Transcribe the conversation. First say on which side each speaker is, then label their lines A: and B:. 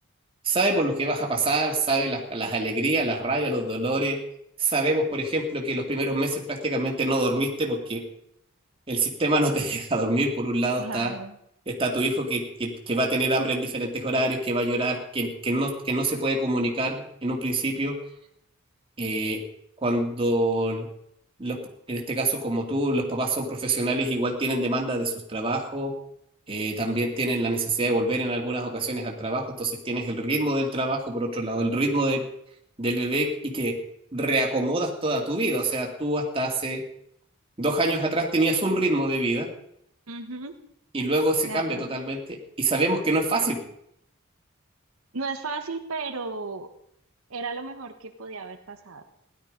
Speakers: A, on the right (about 25°); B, on the right (about 90°).
A: sabe por lo que vas a pasar, sabe las, las alegrías, las rabias, los dolores. Sabemos, por ejemplo, que los primeros meses prácticamente no dormiste porque el sistema no te <laughs> deja dormir, por un lado
B: Claro.
A: está, está tu hijo que, que, que va a tener hambre en diferentes horarios, que va a llorar, que, que, no, que no se puede comunicar en un principio. Eh, cuando los, en este caso como tú, los papás son profesionales, igual tienen demanda de sus trabajos, eh, también tienen la necesidad de volver en algunas ocasiones al trabajo, entonces tienes el ritmo del trabajo, por otro lado, el ritmo del, del bebé y que reacomodas toda tu vida, o sea, tú hasta hace dos años atrás tenías un ritmo de vida
B: Ujú,
A: y luego se
B: de
A: cambia
B: acuerdo.
A: totalmente y sabemos que no es fácil.
B: No es fácil, pero Era lo mejor que podía haber pasado.